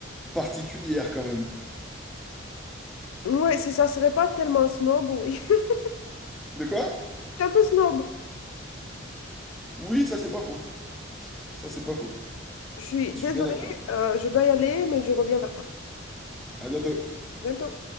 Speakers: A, in the centre; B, on the left (about 80°).
A: particulière quand même.
B: Ouais, si ça serait pas tellement snob, oui. <laughs>
A: De quoi?
B: C'est un peu snob.
A: Oui, ça c'est pas faux, ça c'est pas faux.
B: Je suis
A: Je
B: désolée,
A: suis bien d'accord.
B: euh, je dois y aller, mais je reviens vers toi.
A: À bientôt.
B: Bientôt.